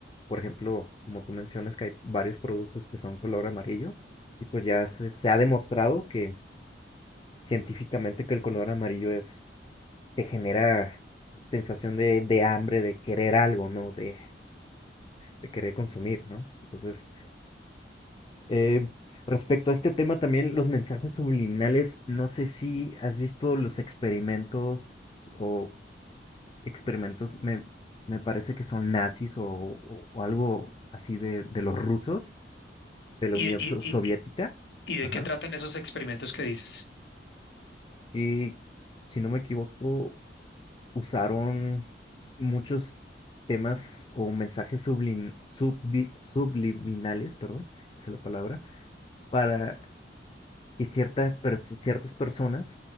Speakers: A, on the left (about 30°); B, on the left (about 70°).
A: Por ejemplo, como tú mencionas que hay varios productos que son color amarillo, y pues ya se, se ha demostrado que científicamente que el color amarillo es, te genera sensación de, de hambre, de querer algo, ¿no? De, de querer consumir, ¿no? Entonces, Eh, respecto a este tema también, los mensajes subliminales, no sé si has visto los experimentos o s- experimentos, me, me parece que son nazis o, o- o algo así de, de los rusos, de la
B: ¿Y,
A: Unión
B: y,
A: So-
B: y,
A: Soviética,
B: y y de
A: ajá,
B: qué tratan esos experimentos que dices?
A: que si no me equivoco, usaron muchos temas o mensajes sublin- subli- subliminales, perdón, esa es la palabra, para que ciertas, pers- ciertas personas